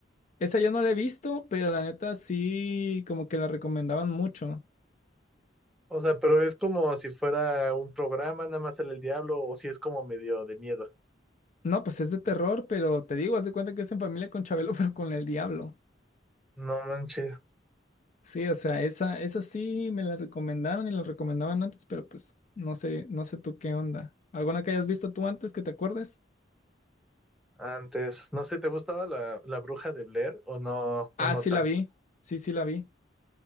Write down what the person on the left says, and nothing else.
Esa yo no la he visto, pero la neta sí como que la recomendaban mucho.
No, pues es de terror, pero te digo, haz de cuenta que es en familia con Chabelo, <laughs> pero con el diablo.
Sí, o sea, esa, esa sí me la recomendaron y la recomendaban antes, pero pues no sé, no sé tú qué onda. ¿Alguna que hayas visto tú antes que te acuerdes?
Ah,
sí
la vi. Sí, sí la vi.